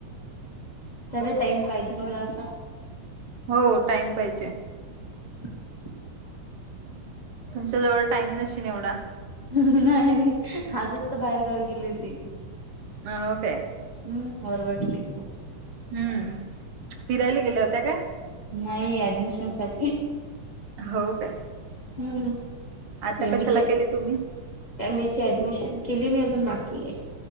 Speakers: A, on the left; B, on the right.
A: त्याला टाईम पाहिजे मला असा
B: हो टाईम पाहिजे.
A: <inaudible>
B: तुमच्या जवळ टाईम नशिन एवढा.
A: नाही आजच तर बाहेर गावी गेली होती.
B: हं काय.
A: हम्म बरं वाटले.
B: हम्म फिरायला गेल्या होत्या काय?
A: नाही ऍडमिशन साठी.
B: हो काय?
A: हम्म
B: आता
A: यमीचे
B: कशाला केली तुम्ही
A: एम ए ची ऍडमिशन केली नाही अजून बाकी आहे.